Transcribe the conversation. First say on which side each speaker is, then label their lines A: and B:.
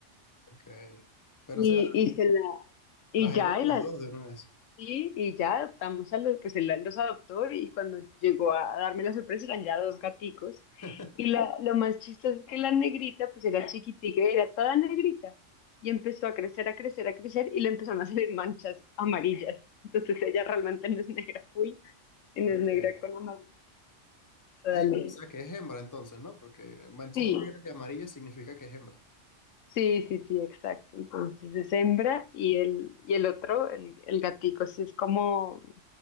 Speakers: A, on the left; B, on the left.
A: Ok. Pero
B: Y,
A: o sea,
B: y se la, y
A: trajeron
B: ya,
A: a
B: y,
A: los
B: la-
A: dos de una vez.
B: y, y ya adoptamos a los, pues él los adoptó y cuando llegó a darme la sorpresa eran ya dos gaticos.
A: <laughs>
B: Y la, lo más chistoso es que la negrita, pues era chiquitica, era toda negrita. Y empezó a crecer, a crecer, a crecer y le empezaron a salir manchas amarillas. Entonces ella realmente no es negra full Inés
A: Ok.
B: Negra con una gustada
A: Ay,
B: luna.
A: o sea que es hembra entonces, ¿no? Porque manchas
B: Sí,
A: negras y amarillas significa que es hembra.
B: sí, sí, sí, exacto. Entonces es hembra y el, y el otro, el, el gatico, sí es como,